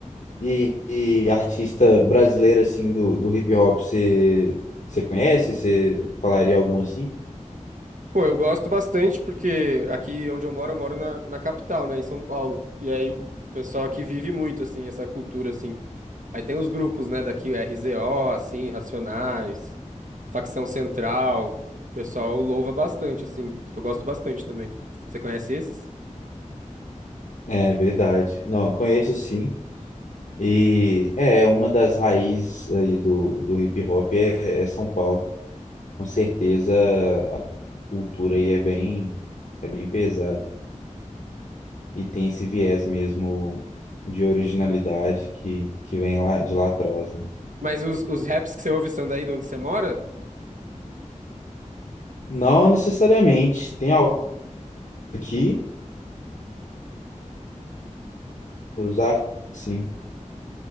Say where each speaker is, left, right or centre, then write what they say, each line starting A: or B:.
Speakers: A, on the left (about 70°); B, on the right (about 75°).
A: E, e artista brasileira assim, do, do hip hop, você você conhece? Você falaria algum assim?
B: Pô, eu gosto bastante porque aqui onde eu moro, eu moro na, na capital, né, em São Paulo. E aí o pessoal aqui vive muito, assim, essa cultura, assim. Aí tem os grupos, né, daqui, o RZO, assim, Racionais, Facção Central, que o pessoal louva bastante, assim. Eu gosto bastante também. Você conhece esses?
A: É verdade. Não, conheço sim. E é é uma das raízes aí do, do hip hop é, é São Paulo. Com certeza a cultura aí é bem, é bem pesada. E tem esse viés mesmo de originalidade que, que vem lá de lá atrás, né?
B: Mas os, os raps que você ouve são daí de onde você mora?
A: Não necessariamente. Tem algo aqui, os artistas,